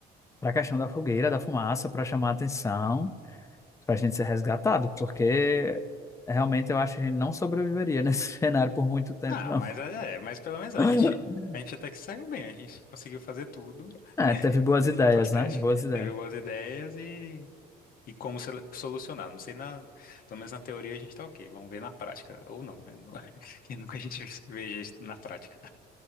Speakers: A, on the left; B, on the left.
A: para a questão da fogueira, da fumaça, para chamar a atenção, para a gente ser resgatado, porque realmente eu acho que a gente não sobreviveria nesse <laughs> cenário por muito tempo,
B: Ah,
A: não.
B: mas é, é, mas pelo menos a
A: <laughs>
B: gente, a gente até que saiu bem, a gente conseguiu fazer tudo,
A: É,
B: né? <laughs>
A: teve boas ideias,
B: Tipo, as testes,
A: né? Boas ideias.
B: teve boas ideias e, e como sele- solucionar. Não sei, na, pelo menos na teoria a gente tá ok. Vamos ver na prática. Ou não, né? <laughs> Que nunca a gente <laughs> veja isso na prática.